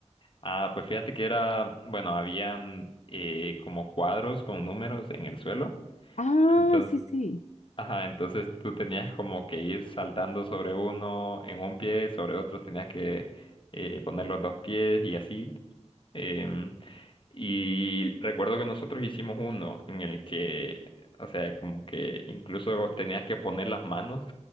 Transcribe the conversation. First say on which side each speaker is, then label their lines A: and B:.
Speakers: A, on the left; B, on the left.
A: Ah, pues fíjate que era, bueno, habían eh, como cuadros con números en el suelo.
B: Ah,
A: Entonces,
B: sí, sí.
A: ajá, entonces tú tenías como que ir saltando sobre uno en un pie, sobre otro tenías que eh, poner los dos pies y así. Em, Y recuerdo que nosotros hicimos uno en el que, o sea, como que incluso tenías que poner las manos